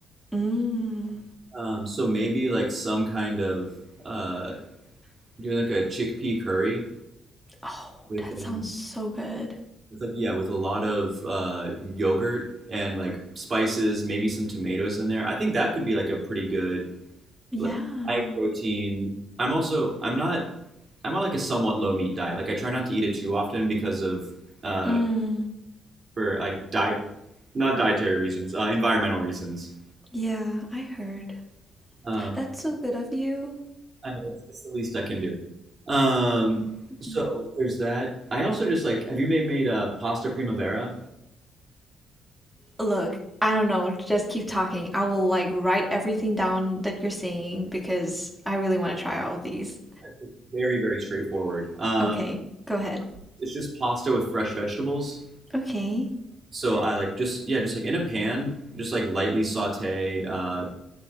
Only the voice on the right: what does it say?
Um, so maybe like some kind of uh doing like a chickpea curry
with
a
with like yeah, with a lot of uh, yogurt and like spices, maybe some tomatoes in there. I think that could be like a pretty good
like high protein. I'm also I'm not I'm on like a somewhat low meat diet. Like I try not to eat it too often because of uh
for like diet not dietary reasons, uh, environmental reasons.
Um,
I it's, it's the least I can do. Um,
so there's that. I also just like have you made made a pasta primavera?
It's very very straightforward. Um,
it's just pasta with fresh vegetables.
So I like just yeah, just like in a pan, just like lightly saute uh,